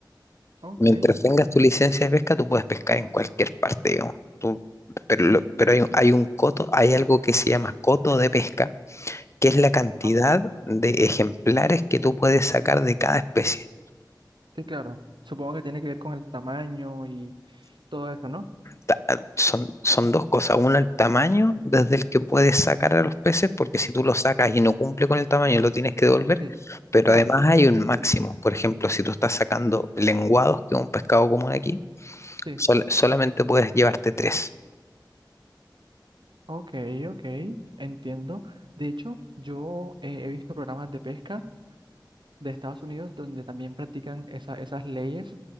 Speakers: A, on the right; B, on the left.
A: ok,
B: Mientras
A: ok.
B: tengas
A: bien.
B: tu licencia de pesca, tú puedes pescar en cualquier parte, digamos. Tú- pero lo- pero hay, un- hay un coto, hay algo que se llama coto de pesca, que es la cantidad
A: Ajá.
B: de ejemplares que tú puedes sacar de cada especie.
A: Sí, claro. Supongo que tiene que ver con el tamaño y todo eso, ¿no?
B: ta- son, son dos cosas. Una, el tamaño desde el que puedes sacar a los peces, porque si tú lo
A: Ajá.
B: sacas y no cumple con el tamaño, lo tienes que devolver.
A: Sí,
B: Pero
A: claro.
B: además hay un máximo. Por ejemplo, si tú estás sacando lenguados, que es un pescado común aquí,
A: Sí.
B: sol- solamente puedes llevarte tres.
A: Ok, ok. Entiendo. De hecho, yo eh, he visto programas de pesca de Estados Unidos, donde también practican esa- esas leyes